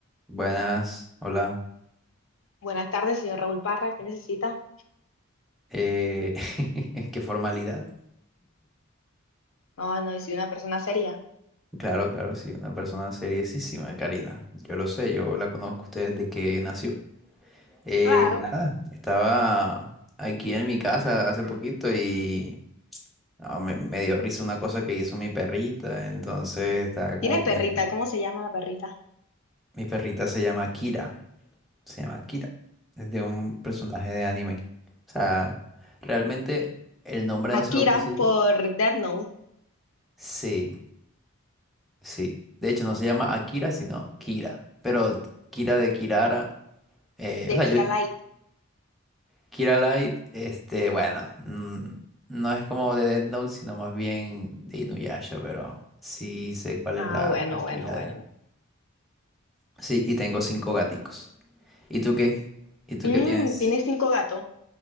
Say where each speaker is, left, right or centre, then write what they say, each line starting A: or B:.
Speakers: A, in the centre; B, on the left.
A: Buenas, hola.
B: Buenas tardes, señor Raúl Parra. ¿Qué necesita?
A: Eh, <laughs> qué formalidad.
B: No, no, soy una persona seria.
A: Claro, claro, sí, una persona seriosísima, Karina. Yo lo sé, yo la conozco a ustedes desde que nació. Eh,
B: Claro.
A: nada, estaba aquí en mi casa hace poquito y ah, me, me dio risa una cosa que hizo mi perrita, entonces estaba como
B: ¿Tiene perrita?
A: pensando.
B: ¿Cómo se llama la perrita?
A: Mi perrita se llama Kira, se llama Kira, es de un personaje de anime. O sea, realmente el nombre
B: Akira
A: no se lo puse yo.
B: por Death Note
A: Sí. Sí, de hecho no se llama Akira, sino Kira, pero Kira de Kirara, eh,
B: de
A: o sea,
B: Kira
A: yo,
B: Light.
A: Kira Light, este, bueno, mm, no es como de Death Note, sino más bien de Inuyasha, pero sí sé cuál es
B: Ah,
A: la
B: bueno,
A: Akira
B: bueno, bueno.
A: de... Sí, y tengo cinco gaticos. ¿Y tú qué? ¿Y tú
B: bueno.
A: qué tienes?
B: Mm, tiene cinco gatos.